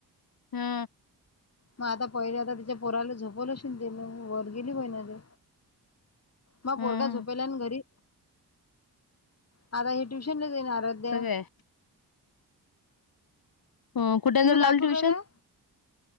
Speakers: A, on the left (about 60°); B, on the left (about 40°).
A: हा.
B: मग आता पहिले आता तिच्या पोराला झोपवल अशीन तेन वर गेली बहिन अन ते. मग
A: हं
B: पोरगा झोपेल्या आणि घरी, आता हे ट्यूशन सुईन आराध्या
A: सगळे हो कुठेतर
B: तुम्ही काय
A: लावली
B: करू
A: ट्युशन
B: राहिला